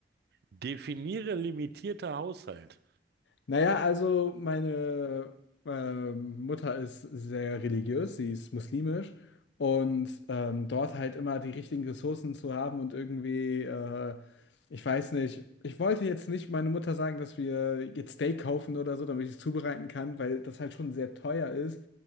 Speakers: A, on the right; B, on the left.
A: Definiere limitierter Haushalt.
B: Naja, also meine ähm, Mutter ist sehr religiös, sie ist muslimisch und ähm, dort halt immer die richtigen Ressourcen zu haben und irgendwie, äh, ich weiß nicht, ich wollte jetzt nicht meiner Mutter sagen, dass wir jetzt Steak kaufen oder so, damit ich es zubereiten kann, weil das halt schon sehr teuer ist,